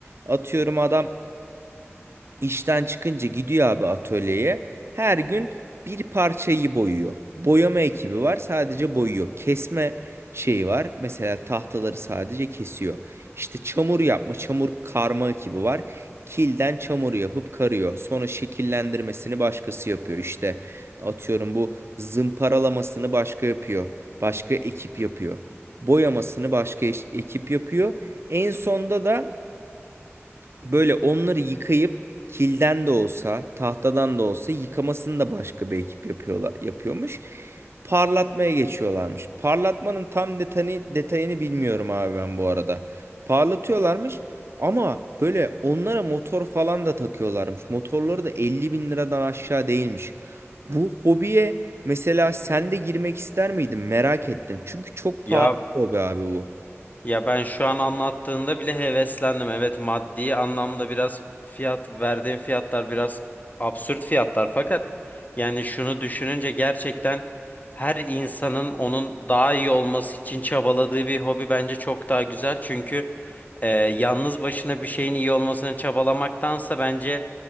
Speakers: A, on the right; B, on the left.
A: Atıyorum adam İşten çıkınca gidiyor abi atölyeye. Her gün bir parçayı boyuyor. Boyama ekibi var, sadece boyuyor. Kesme şeyi var. Mesela tahtaları sadece kesiyor. İşte çamur yapma, çamur karma ekibi var. Kilden çamur yapıp karıyor. Sonra şekillendirmesini başkası yapıyor. İşte atıyorum bu zımparalamasını başka yapıyor. Başka ekip yapıyor. Boyamasını başka eş- ekip yapıyor. En sonda da Böyle onları yıkayıp kilden de olsa, tahtadan da olsa yıkamasını da başka bir ekip yapıyorlar, yapıyormuş. Parlatmaya geçiyorlarmış. Parlatmanın tam detayını, detayını bilmiyorum abi ben bu arada. Parlatıyorlarmış ama böyle onlara motor falan da takıyorlarmış. Motorları da 50 bin liradan aşağı değilmiş. Bu hobiye mesela sen de girmek ister miydin? Merak ettim. Çünkü çok
B: Ya
A: pahalı bir hobi abi bu.
B: Ya ben şu an anlattığında bile heveslendim. Evet maddi anlamda biraz fiyat verdiğim fiyatlar biraz absürt fiyatlar fakat yani şunu düşününce gerçekten her insanın onun daha iyi olması için çabaladığı bir hobi bence çok daha güzel. Çünkü e, yalnız başına bir şeyin iyi olmasını çabalamaktansa bence